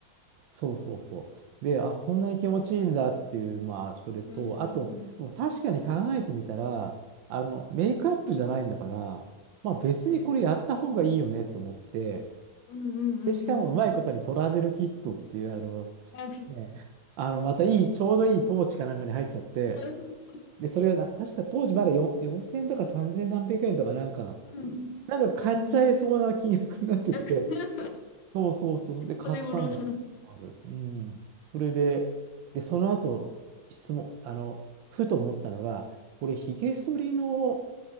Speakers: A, on the right (about 85°); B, on the left (about 85°).
A: そうそうそう。で、あ、こんなに気持ちいいんだっていう、まあ、それと、
B: うんうんうん。
A: あと、でも確かに考えてみたら、あの、メイクアップじゃないんだから、まあ、別にこれやった方がいいよねと思って、
B: はい。うんうんうんうんうん。
A: で、しかもうまいことにトラベルキットっていう、あの、
B: あ、
A: ね、あの、またいい、ちょうどいいポーチかなんかに入っちゃって、
B: う
A: で、それがな、確か当時まだ4 4000円とか3000何百円とかなんか、
B: ん
A: なんか買っちゃいそうな金額になってて、
B: うん。あ、
A: そうそうそう、で、買ったのもある。
B: お手頃な。あ
A: うん。それで、で、その後、質問、あの、ふと思ったのが、これ、ひげ剃りの